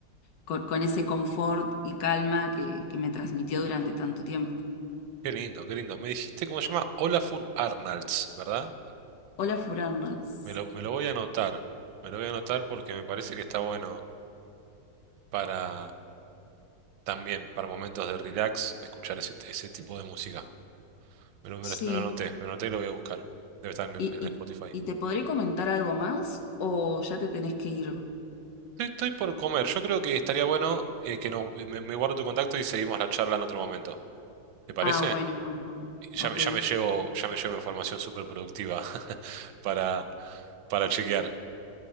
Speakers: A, on the left; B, on the right.
A: con, con ese confort y calma que, que me transmitió durante tanto tiempo.
B: Qué lindo, qué lindo. Me dijiste cómo se llama Olafur Arnalds, ¿verdad?
A: Olafur Arnalds.
B: Me lo, me lo voy a anotar. Me lo voy a anotar porque me parece que está bueno para también, para momentos de relax, escuchar ese, ese tipo de música. Me lo, me
A: Sí,
B: lo- me lo anoté, me lo anoté y lo voy a buscar. Debe estar en, en
A: ¿Y, y,
B: Spotify.
A: y te podré comentar algo más o ya te tenés que ir?
B: Estoy, estoy por comer. Yo creo que estaría bueno eh, que no, eh, me, me guardo tu contacto y seguimos la charla en otro momento. ¿Te parece?
A: Ah, bueno, bueno.
B: Ya
A: Ok,
B: me, ya me llevo, ya me llevo información súper productiva <laughs> para, para chequear.